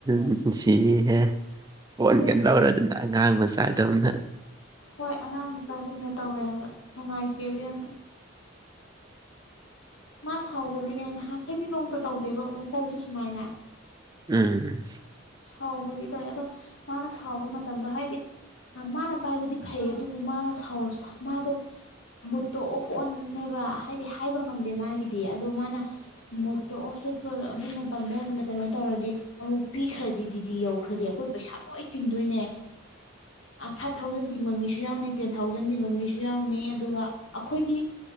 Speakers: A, on the right; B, on the left.
A: ꯅꯨꯡꯁꯤ ꯍꯥꯏ ꯈꯣꯟꯒ
B: ꯑꯗꯨꯅꯦ
A: ꯅꯧꯔꯗꯅ ꯑꯉꯥꯡ ꯃꯆꯥꯗꯧꯅ
B: ꯍꯣꯏ ꯑꯉꯥꯡ ꯃꯆꯥꯒꯨꯝꯅ ꯇꯧꯋꯦꯕ ꯅꯨꯡꯉꯥꯏꯇꯦꯕ ꯌꯥꯝꯅ ꯃꯥ ꯁꯥꯎꯕꯒꯤꯅꯦ ꯅꯍꯈꯩꯗꯤ ꯅꯣꯡꯇ ꯇꯧꯗꯦꯕ ꯑꯃꯨꯛ ꯐꯥꯎꯁꯨ ꯁꯨꯃꯥꯏꯅ
A: ꯎꯝ
B: ꯁꯥꯎꯕꯒꯤ ꯇꯧꯋꯦ ꯑꯗꯣ ꯃꯥꯅ ꯁꯥꯎꯕ ꯃꯇꯝꯗꯣ ꯍꯥꯏꯗꯤ ꯃꯥꯅ ꯄꯥꯏꯕꯗꯤ ꯐꯩ ꯑꯗꯨꯕꯨ ꯃꯥꯅ ꯁꯥꯎ ꯃꯥꯗꯣ ꯃꯨꯠꯇꯣ ꯑꯣꯐ ꯑꯣꯟ ꯅꯦꯕ ꯍꯥꯏꯗꯤ ꯍꯥꯏꯕ ꯉꯝꯗꯦ ꯃꯥꯒꯤꯗꯤ ꯑꯗꯣ ꯃꯥꯅ ꯃꯨꯠꯇꯣ ꯑꯣꯐ ꯆꯄ ꯑꯗꯨ ꯃꯇꯝꯗ ꯀꯩꯅꯣ ꯇꯧꯔꯗꯤ ꯑꯃꯨꯛ ꯄꯤꯈ꯭ꯔꯗꯤ ꯗꯤ ꯇꯤ ꯌꯧꯈ꯭ꯔꯗꯤ ꯑꯩꯈꯣꯏ ꯄꯩꯁꯥ ꯂꯣꯏ ꯇꯤꯡꯗꯣꯏꯅꯦ ꯐꯥꯏꯚ ꯊꯥꯎꯖꯟ ꯇꯤꯡꯕ ꯃꯤꯁꯨ ꯌꯥꯎꯅꯤ ꯇꯦꯟ ꯊꯥꯎꯖꯟ ꯇꯤꯡꯕ ꯃꯤꯁꯨ ꯌꯥꯎꯅꯤ ꯑꯗꯨꯒ ꯑꯩꯈꯣꯏꯗꯤ